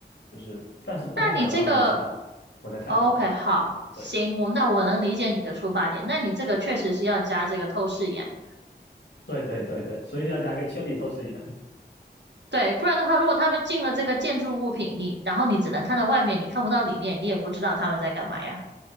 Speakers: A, on the left (about 80°); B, on the right (about 80°).
A: 就是但是不太想要让他们知道我在看他们。
B: 那你这个哦，OK，好，
A: 对
B: 行，我那我能理解你的出发点。那你这个确实是要加这个透视眼，
A: 对对对对，所以要加一个千里透视眼。
B: 对，不然的话，如果他们进了这个建筑物品，你然后你只能看到外面，你看不到里面，你也不知道他们在干嘛呀。